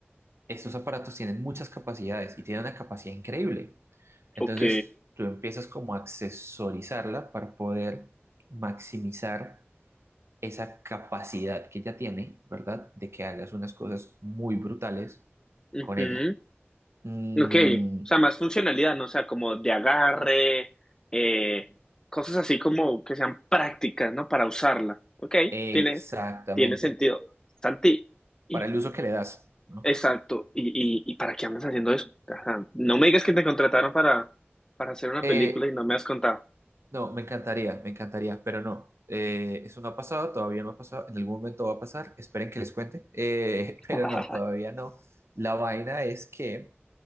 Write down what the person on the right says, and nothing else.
Estos aparatos tienen muchas capacidades y tienen una capacidad increíble. Entonces,
tú empiezas como a accesorizarla para poder maximizar esa capacidad que ella tiene, ¿verdad? De que hagas unas cosas muy brutales
con ella. Mm,
exactamente.
Para el uso que le das, ¿no?
Eh,
No, me encantaría, me encantaría, pero no. Eh, eso no ha pasado, todavía no ha pasado. En algún momento va a pasar, esperen que les cuente. Eh, <laughs> pero
no, todavía no. La vaina es que,